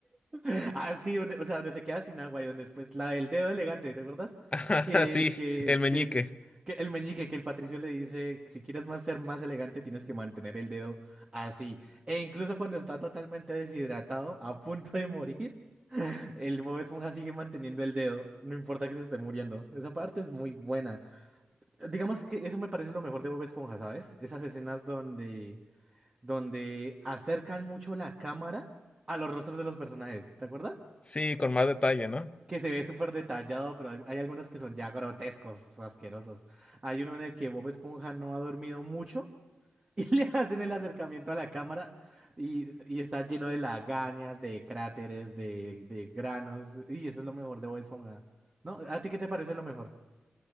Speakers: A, on the right (about 25°); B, on the left (about 30°).
A: <laughs> Ah, sí, donde- o sea, donde se queda sin agua y donde después la del dedo elegante, ¿te acuerdas?
B: Ajá,
A: Que,
B: sí,
A: que,
B: el meñique.
A: de, que, que el meñique, que el Patricio le dice, si quieres más ser más elegante, tienes que mantener el dedo así. E incluso cuando está totalmente deshidratado, a punto de morir, <laughs> el Bob Esponja sigue manteniendo el dedo, no importa que se esté muriendo. Esa parte es muy buena. Digamos que eso me parece lo mejor de Bob Esponja, ¿sabes? Esas escenas donde donde acercan mucho la cámara a los rostros de los personajes, ¿te acuerdas?
B: Sí, con más detalle, ¿no?
A: Que se ve súper detallado, pero hay hay algunos que son ya grotescos, asquerosos. Hay uno en el que Bob Esponja no ha dormido mucho y <laughs> le hacen el acercamiento a la cámara y, y está lleno de lagañas, de cráteres, de, de granos. Y eso es lo mejor de Bob Esponja. ¿No? ¿A ti qué te parece lo mejor?